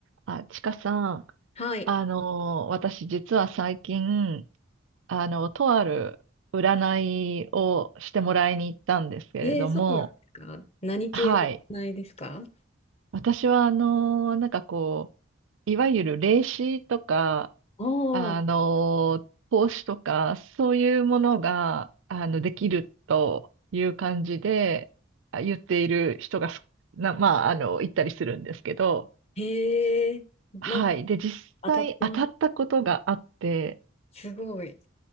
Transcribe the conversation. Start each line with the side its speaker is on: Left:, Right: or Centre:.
Right: あ、ちかさん、
Left: はい。
Right: あの私実は最近、あの、とある占いをしてもらいに行ったんですけれども、
Left: えー、そうなんですか何系ないですか
Right: はい。私は、あのなんかこう、いわゆる霊視とか、
Left: ああ、
Right: あの投資とか、そういうものが、あの、できるという感じで、あ言っている人がすな、まあ、あの、行ったりするんですけど、
Left: へえ、なんか
Right: はい。で、実際当たったことがあって、
Left: 当たってます。すごい。